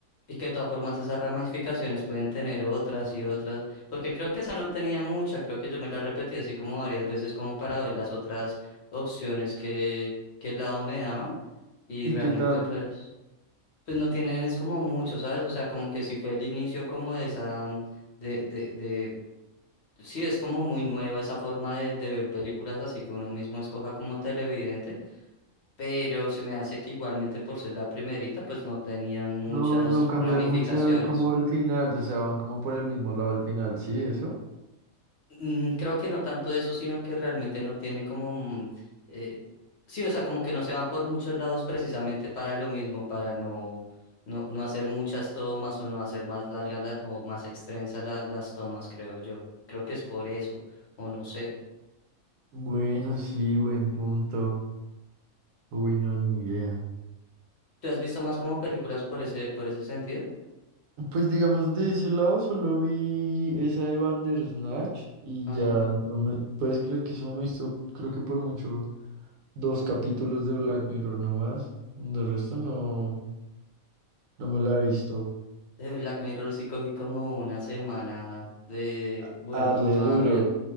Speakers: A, on the left (about 55°); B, on the right (about 70°).
A: Y que de todas formas esas ramificaciones pueden tener otras y otras, porque creo que esa no tenía mucha, creo que yo me la repetí así como varias veces como para ver las otras opciones que, que el lado me daban y
B: ¿Y
A: realmente
B: qué tal?
A: pues, pues no tienen es como mucho, ¿sabes? O sea, como que sí fue el inicio como de esa, de, de, de, sí es como muy nueva esa forma de, de ver películas así que uno mismo escoja como televidente, pero se me hace que igualmente por ser la primerita pues no tenía muchas
B: No, no cambian
A: ramificaciones.
B: mucho como al final, o sea, van como por el mismo lado al final, ¿sí? ¿Eso?
A: Mm, Creo que no tanto eso, sino que realmente no tiene como... mm, eh, sí, o sea, como que no se van por muchos lados precisamente para lo mismo, para no, no, no hacer muchas tomas o no hacer más largas o más extensas la- las tomas, creo yo. Creo que es por eso, o no sé.
B: Bueno, sí, buen punto. Uy, no, ni idea.
A: ¿Tú has visto más como películas por ese, por ese sentido?
B: Pues digamos, de ese lado solo vi esa de Bandersnatch y
A: Ajá.
B: ya no me... Puedes creer que solo me he visto, creo que por mucho, dos capítulos de Black Mirror nomás. De resto no, no me la he visto.
A: De Black Mirror sí cogí como una semana de...
B: A
A: Bueno,
B: Darle
A: no
B: duro.
A: voy